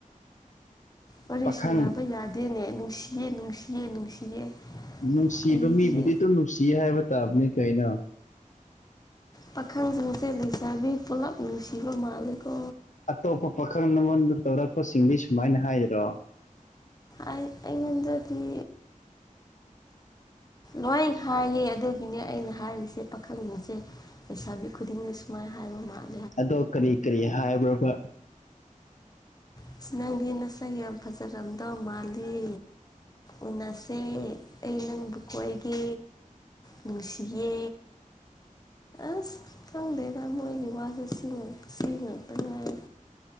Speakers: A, on the left; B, on the left.
A: ꯋꯥꯔꯤ
B: ꯄꯥꯈꯪ
A: ꯁꯥꯟꯅꯕ ꯌꯥꯗꯦꯅꯦ ꯅꯨꯡꯁꯤꯌꯦ ꯅꯨꯡꯁꯤꯌꯦ ꯅꯨꯡꯁꯤꯌꯦ꯫
B: ꯅꯨꯡꯁꯤꯕ
A: ꯑꯩꯗꯤ
B: ꯃꯤꯕꯨꯗꯤ ꯑꯗꯨꯝ ꯅꯨꯡꯁꯤꯌꯦ ꯍꯥꯏꯕ ꯇꯥꯕꯅꯦ ꯀꯩꯅꯣ ꯫
A: ꯄꯥꯈꯪꯁꯤꯡꯁꯦꯠ ꯂꯩꯁꯥꯕꯤ ꯄꯨꯜꯂꯞ ꯅꯨꯡꯁꯤꯕ ꯃꯥꯂꯀꯣ
B: ꯑꯇꯣꯞꯄ ꯄꯥꯈꯪ ꯑꯃꯣꯟꯗ ꯇꯧꯔꯛꯄꯁꯤꯡꯗꯤ ꯁꯨꯃꯥꯏꯅ ꯍꯥꯏꯔꯣ
A: ꯑꯩꯉꯣꯟꯗꯗꯤ ꯂꯣꯏ ꯍꯥꯏꯌꯦ ꯑꯗꯨꯒꯤꯅꯦ ꯑꯩꯅ ꯍꯥꯏꯔꯤꯁꯦ ꯄꯥꯈꯪꯅꯤꯁꯦ꯫ ꯂꯩꯁꯥꯕꯤ ꯈꯨꯗꯤꯡꯒꯤ ꯁꯨꯃꯥꯏꯅ ꯍꯥꯏꯕ ꯃꯥꯂꯦ꯫
B: ꯑꯗꯣ ꯀꯔꯤ ꯀꯔꯤ ꯍꯥꯏꯕ꯭ꯔꯣꯕ,
A: ꯑꯁ ꯅꯪꯗꯤ ꯅꯁꯪ ꯌꯥꯝ ꯐꯖꯔꯝꯗꯧ ꯃꯥꯜꯂꯤ꯫ ꯎꯟꯅꯁꯦ ꯑꯩ ꯅꯪꯕꯨ ꯀꯣꯏꯒꯦ꯫ ꯅꯨꯡꯁꯤꯌꯦ꯫ ꯑꯁ ꯈꯪꯗꯦꯗ ꯃꯣꯏꯒꯤ ꯋꯥꯁꯨ ꯁꯤ ꯁꯤ ꯉꯛꯇ ꯉꯥꯏꯔꯦ꯫